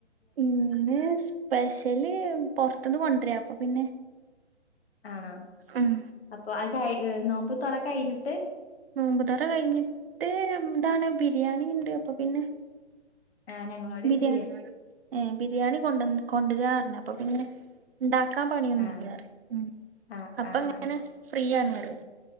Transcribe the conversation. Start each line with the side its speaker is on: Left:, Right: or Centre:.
Right: ഇന്ന് സ്പെഷല് പൊർത്ത്ന്ന് കൊണ്ടരാ അപ്പൊ പിന്നെ
Left: ആണോ
Right: ഉം
Left: അപ്പൊ <unintelligible> നോമ്പ് തൊറ കഴിഞ്ഞിട്ട്
Right: നോമ്പുതൊറ കഴിഞ്ഞിട്ട് എന്താണ് ബിരിയാണി ഇണ്ട് അപ്പൊ പിന്നെ
Left: ആ ഞങ്ങളോടെ
Right: ബിരിയാണി
Left: ഇന്ന്
Right: ഏ ബിരിയാണി കൊടന്ന് കൊണ്ടര പറഞ്ഞു അപ്പൊ പിന്നെ ഇണ്ടാ ക്കാ പണിയൊന്നും
Left: ആഹ്
Right: ഇല്ലാറിയും ഉം
Left: ആഹ്
Right: അപ്പ
Left: ആഹ്
Right: എങ്ങനെ ഫ്രീ ആണ് വരോ